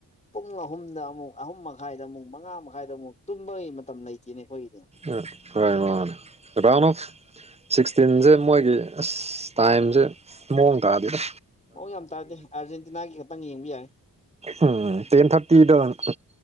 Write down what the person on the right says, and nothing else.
ꯑꯝ ꯀꯥꯅꯅꫭ ꯀꯗꯥꯅꫭꯛ <unintelligible> ꯁꯤꯛꯁꯇꯤꯟꯖ‌ꯦ ꯃꯣꯏꯒꯤ ꯑꯁ ꯇꯥꯏꯝꯖ‌ꯦ ꯃꯑꯣꯡ ꯇꯥꯗ‌‌ꯦꯗ
ꯎꯝ ꯇꯦꯟ ꯊꯥꯔꯇꯤꯗꫭ